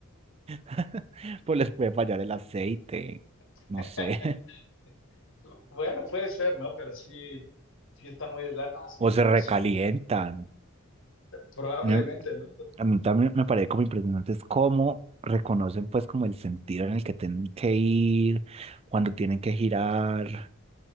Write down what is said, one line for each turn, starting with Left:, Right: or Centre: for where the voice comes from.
Right: <laughs> Pues les puede fallar el aceite,
Left: <laughs>
Right: no sé,
Left: Bueno, puede ser, ¿no? Pero sí, sí está muy deslana,
Right: <laughs>
Left: sí,
Right: o se recalientan.
Left: sí, probablemente,
Right: ¿No?
Left: ¿no?
Right: A mí también me parece como impresionante es cómo reconocen pues como el sentido en el que tienen que ir, cuando tienen que girar